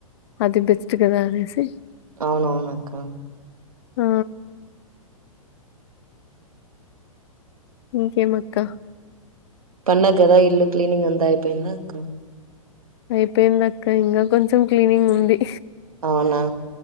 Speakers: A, on the left; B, on the right.
A: అది బెస్ట్ కదా అనేసి
B: అవునవునక్కా
A: ఆ ఇంకేం అక్క
B: పన్న కదా ఇల్లు క్లీనింగ్ అంతా అయిపోయిందా అక్కా
A: అయిపోయిందిక్క ఇంకా కొంచెం క్లీనింగ్ ఉంది
B: అవునా